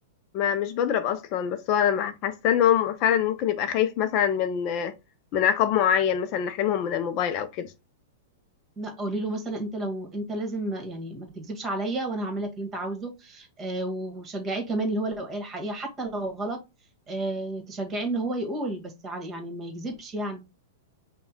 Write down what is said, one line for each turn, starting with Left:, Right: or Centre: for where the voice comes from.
Left: ما مش بضرب اصلا بس هو انا حاسه ان هو فعلا ممكن يبقى خايف مثلا من من عقاب معين مثلا نحرمهم من الموبايل او كده
Right: لا قولي له مثلا انت لو انت لازم يعني ما تكذبش عليا وانا هعمل لك اللي انت عاوزه آه وشجعيه كمان اللي هو لو قال الحقيقه حتى لو غلط آه تشجعيه ان هو يقول بس ع- يعني ما يكذبش يعني